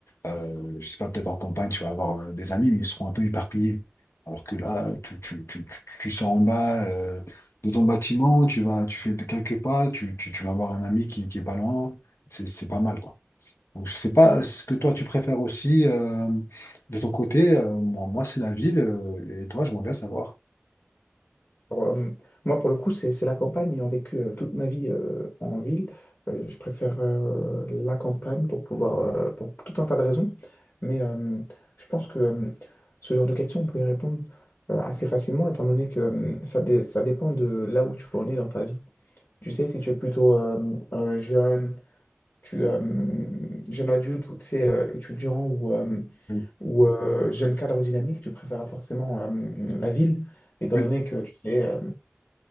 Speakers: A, on the left; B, on the left.
A: euh, je sais pas, peut-être en campagne, tu vas avoir euh, des amis, mais ils seront un peu éparpillés. Alors que là, tu, tu, tu, tu, tu sors en bas euh, de ton bâtiment, tu vas, tu fais quelques pas, tu, tu, tu vas avoir un ami qui, qui est pas loin. C'est, c'est pas mal, quoi. Donc, je sais pas ce que toi, tu préfères aussi euh, de ton côté. Euh, moi, moi c'est la ville. euh, et toi, j'aimerais bien savoir.
B: Pour, euh, moi, pour le coup, c'est c'est la campagne. Ayant vécu euh, toute ma vie euh, en ville, euh, je préfère euh, la campagne pour pouvoir, euh, pour tout un tas de raisons. Mais euh, je pense que euh, ce genre de questions, on peut y répondre euh, assez facilement, étant donné que euh, ça, dé- ça dépend de là où tu en es dans ta vie. Tu sais, si tu es plutôt euh, un jeune, tu, euh, jeune adulte ou tu sais, euh, étudiant ou, euh,
A: Oui,
B: ou euh, jeune cadre dynamique, tu préfères forcément euh, la ville étant
A: oui,
B: donné que tu sais, euh,